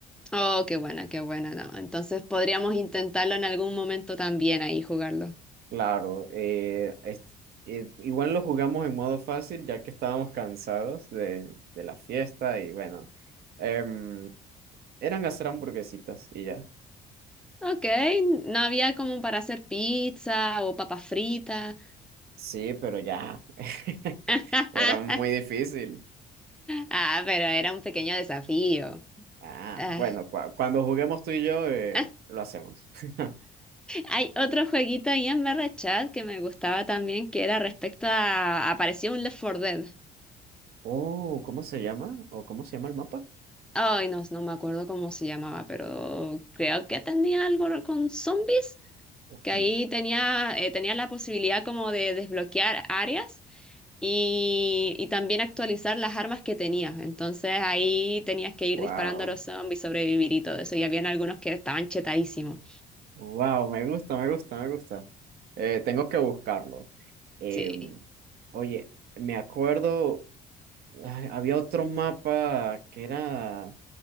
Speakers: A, in the centre; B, on the right.
A: Oh, qué buena, qué buena, no. Entonces podríamos intentarlo en algún momento también ahí jugarlo.
B: Claro, eh, es- eh, igual lo jugamos en modo fácil, ya que estábamos cansados de, de la fiesta y bueno, em, eran hacer hamburguesitas y ya.
A: Ok, no había como para hacer pizza o papas fritas.
B: Sí, pero ya, <laughs>
A: <laughs>
B: era muy difícil.
A: Ah, pero era un pequeño desafío.
B: Ah,
A: Ah,
B: bueno, cua- cuando juguemos tú y yo, eh,
A: ah,
B: lo hacemos. <laughs>
A: hay otro jueguito ahí en Barra Chat que me gustaba también, que era respecto a... Aparecía un Left 4 Dead.
B: Oh, ¿cómo se llama? ¿O cómo se llama el mapa?
A: Ay, no, no me acuerdo cómo se llamaba, pero creo que tenía algo con zombies,
B: Ok,
A: que ahí tenía, eh, tenía la posibilidad como de desbloquear áreas y, y también actualizar las armas que tenías. Entonces ahí tenías que ir
B: wow.
A: disparando a los zombies, sobrevivir y todo eso. Y habían algunos que estaban chetadísimos.
B: Wow, me gusta, me gusta, me gusta. Eh, tengo que buscarlo. Eh,
A: Sí.
B: oye, me acuerdo, ay, había otro mapa que era,